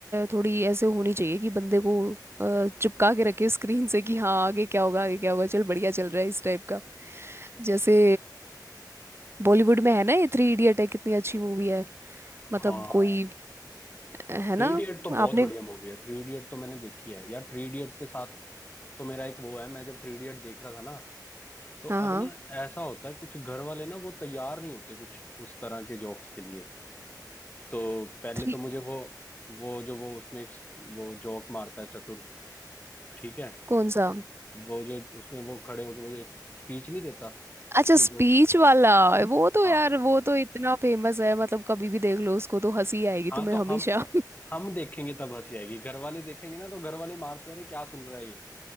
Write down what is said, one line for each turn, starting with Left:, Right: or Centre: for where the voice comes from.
Right: थोड़ी ऐसे होनी चाहिए कि बंदे को अ, चिपका के रखे स्क्रीन से कि हाँ आगे क्या होगा आगे क्या होगा चल बढ़िया चल रहा है इस टाइप का जैसे बॉलीवुड में है ना ये थ्री इडियट है कितनी अच्छी मूवी है मतलब
Left: हाँ
Right: कोई अ, है
Left: थ्री
Right: ना
Left: इडियट तो बहुत
Right: आपने
Left: बढ़िया मूवी है थ्री इडियट तो मैंने देखी है यार थ्री इडियट के साथ तो मेरा एक वो है मैं जब थ्री इडियट देख रहा था ना तो अब
Right: हाँ हाँ
Left: ना ऐसा होता है कुछ घर वाले ना वो तैयार नहीं होते कुछ उस तरह के जोक्स के लिए तो पहले
Right: थ्री
Left: तो मुझे वो वो जो वो उसमें एक वो जोक मारता है चतुर ठीक है
Right: कौन सा
Left: उ- वो जो उसमें वो खड़े होकर वो जो एक स्पीच नहीं देता
Right: अच्छा
Left: उसमें
Right: स्पीच
Left: जो
Right: वाला वो तो
Left: हाँ
Right: यार वो तो इतना फेमस है मतलब कभी भी देख लो उसको तो हंसी आएगी
Left: हाँ
Right: तुम्हें
Left: तो
Right: हमेशा
Left: हम हम देखेंगे तब हंसी आएगी घर वाले देखेंगे ना तो घर वाले मारते अरे क्या सुन रहा है ये